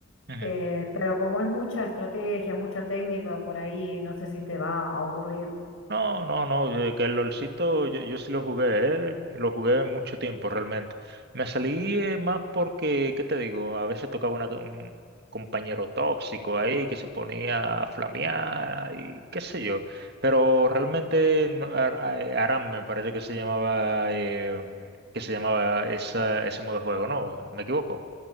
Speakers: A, on the right; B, on the left.
A: ujú.
B: Eh, pero como es mucha estrategia, mucha técnica, por ahí no sé si te va a aburrir.
A: No, no, no, eh, que el LOLcito yo, yo sí lo jugué, eh, Lo jugué mucho tiempo realmente. Me salí eh, más porque, ¿qué te digo? A veces tocaba una- un compañero tóxico ahí que se ponía a flamear y qué sé yo. Pero realmente no- Ar- eh, Aram me parece que se llamaba, eh, que se llamaba esa, ese modo de juego, ¿no? ¿Me equivoco?